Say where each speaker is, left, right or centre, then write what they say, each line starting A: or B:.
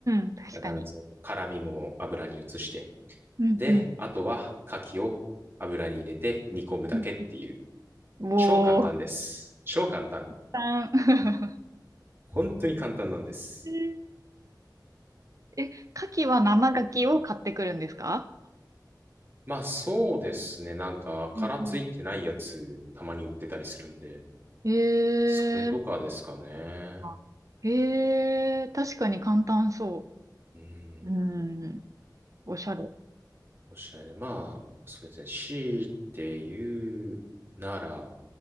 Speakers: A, on the right; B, on the right.
A: ん、確かに。
B: 鷹の爪、辛みも油に移して、
A: うん、
B: で、
A: うん。
B: あとは牡蠣を油に入れて煮込むだけっていう、
A: うんうん
B: 超簡単です。
A: おー。
B: 超簡単。
A: たくさん
B: 本当に簡単なんです。
A: <laughs> え、牡蠣は生牡蠣を買ってくるんですか
B: はい。まあそうですね。なんか殻ついてないやつたまに売ってたりするんで、
A: うんうんえー。
B: それとかですかね。
A: あえー、確かに簡単そ
B: うん。
A: う。うん。おしゃれ。
B: おっしゃい。まあ、そうですね。強いて言うなら、